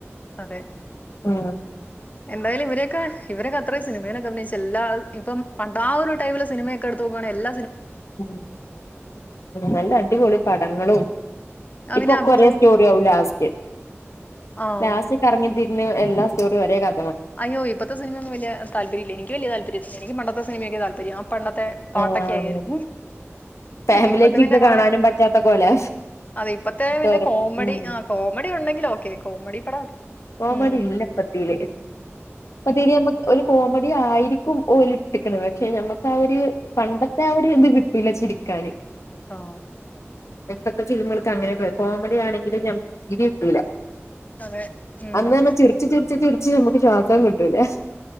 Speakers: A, on the left (about 35°); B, on the left (about 85°).
A: അതെ
B: ഉം
A: എന്തായാലും ഇവരൊക്കെ ഇവരൊക്കെ അത്ര സിനിമയിലൊക്കെ അഭിനയിച്ചച്ച് എല്ലാ ഇപ്പം പണ്ട ആ ഒരു ടൈപ്പിലെ സിനിമയക്ക എടുത്ത്ോക്കുകയാെ എല്ല
B: ഉം നല്ല അടിപൊളി പടങ്ങളും
A: അവന്
B: ഇപ്പൊ ഒക്ക
A: അബൂസലീം
B: ഒരേ സ്റ്റോറി ആവും ലാസ്റ്റ്.
A: ആഹ്
B: ലാസ്റ്റ് കറങ്ങി തിരി ഞ്ഞ് എല്ലാ സ്റ്റോറീം ഒരേ ക
A: അയ്യോ ഇപ്പത്തെ സിനമയൊന്നും വല്യ താല്പര്യവില്ല എനിക്ക് വല്യ താല്പര്യവില്ല എനിക്ക് പണ്ടത്തെ സിനിമയൊക്കയാ താല്പര്യം ആ പണ്ടത്തെ പാട്ടൊക്കെ
B: ആഹ്
A: ആയാലും
B: ഫാമിലി
A: ഇപ്പത്തെ
B: ആയിട്ട്
A: പിന്നെ
B: ഇരുന്ന്
A: കൊറെ
B: കാണാനും പറ്റാത്ത പോലെ
A: അതെ ഇപ്പത്തെ പിന്നെ
B: ഓരോ
A: കോമഡി
B: ഉം
A: ആ കോമഡി ഒണ്ടെങ്കിൽ ഓക്കെ കോമഡി പടം
B: കോമഡി
A: ഇം
B: ഇല്ല ഇപ്പത്തീല് <unintelligible> കോമഡി ആയിരിക്കും ഓലിട്ടെക്കണത് പക്ഷെ നമ്മക്ക് ആ ഒരു പണ്ടത്തെ ആ ഒ രിത് കിട്ടൂല്ല ചിരിക്കാന്
A: ആ
B: ഇപ്പത്തെ സിനിമകൾക്ക് അങ്ങനെ <unintelligible> കോമഡി ആണെങ്കിലും ഞമ്മക്ക് ചിരി കിട്ടൂല
A: അതെ ഉം
B: അന്ന് തന്നെ ചിരിച്ച് ചിരിച്ച് ചിരി ച്ച് നമുക്ക് ശ്വാസം കിട്ടൂലാ